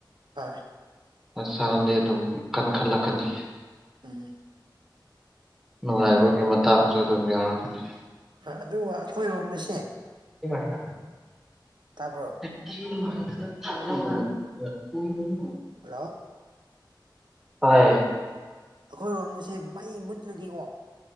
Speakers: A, on the right; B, in the centre.
A: ꯍꯣꯏ
B: ꯍꯛꯆꯥꯛꯗꯤ ꯑꯗꯨꯝ ꯀꯟ ꯈꯜꯂꯛꯀꯅꯤ
A: ꯎꯝ
B: ꯅꯨꯡꯉꯥꯏꯕꯒꯤ ꯃꯇꯥꯡꯁꯨ ꯑꯗꯨꯝ ꯌꯥꯎꯔꯛꯀꯅꯤ
A: ꯑꯗꯨꯒ ꯑꯩꯈꯣꯏꯔꯣꯝꯗꯁꯦ
B: ꯏꯃꯥꯏꯅ
A: ꯇ꯭ꯕꯔꯣ
B: <inaudible>
A: ꯍꯜꯂꯣ
B: ꯍꯣꯏ
A: ꯑꯩꯈꯣꯏꯔꯣꯝꯅꯁꯦ ꯃꯩ ꯃꯨꯠꯂꯗꯤꯉꯣ